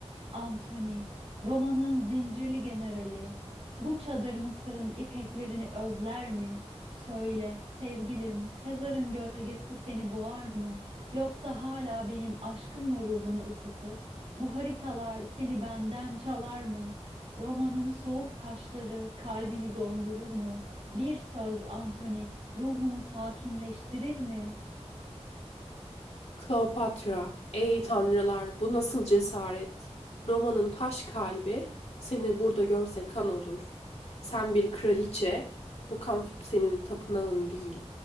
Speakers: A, on the right (about 80°); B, on the left (about 65°).
A: Antony, Roma'nın zincirli generali, bu çadır Mısır'ın ipeklerini özler mi? Söyle sevgilim, Sezar'ın gölgesi seni boğar mı? Yoksa hala benim aşkım mı ruhunu ısıtır? Bu haritalar seni benden çalar mı? Roma'nın soğuk taşları kalbini dondurur mu? Bir söz Antony, ruhumu sakinleştirir mi?
B: Kleopatra, ey tanrılar, bu nasıl cesaret? Roma'nın taş kalbi seni burada görse kan olur. Sen bir kraliçe, bu kamp senin tapınağın değil.